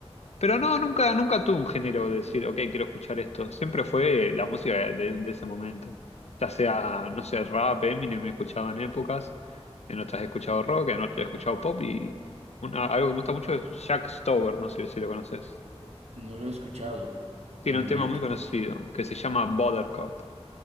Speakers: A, on the left (about 80°); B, on the right (about 80°).
A: Pero no, nunca, nunca tuve un género de decir, ok, quiero escuchar esto. Siempre fue la música de, de ese momento. Ya sea, no sé, rap, Eminem me escuchado en épocas, en otras he escuchado rock, en otras he escuchado pop y una- algo que me gusta mucho es Jack Stover, no sé si lo conoces.
B: No lo he escuchado
A: Tiene
B: al momento.
A: un tema muy conocido que se llama Buttercup.